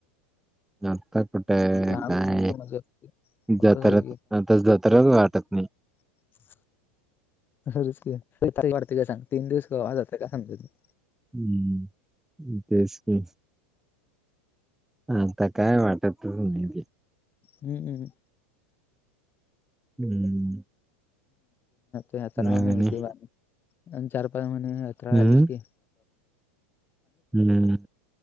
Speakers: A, in the centre; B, on the left (about 30°).
A: आता कुठे
B: लहानपणी
A: काय
B: तर मजा मोठं
A: जत्रा
B: झालं
A: आता जत्राच वाटत नाही.
B: त <unintelligible>
A: <unintelligible> आ आता काय वाटत तस नाही.
B: हम्मम
A: हम्म
B: यात्रा
A: नाही
B: आणि येते
A: नाही
B: बाारी आणि चार पाच महिने यात्रा
A: हम्म
B: आालीस की,
A: हम्म